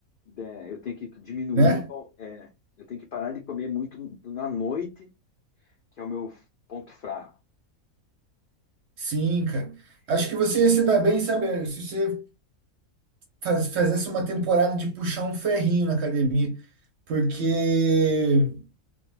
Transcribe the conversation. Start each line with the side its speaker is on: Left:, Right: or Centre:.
Left: É, eu tenho que diminuir,
Right: né?
Left: o- é, eu tenho que parar de comer muito na noite, que é o meu ponto fraco.
Right: Sim, cara. Acho
Left: Eu-
Right: que você ia se dar bem, sabe, se você faz- fizesse uma temporada de puxar um ferrinho na academia, porque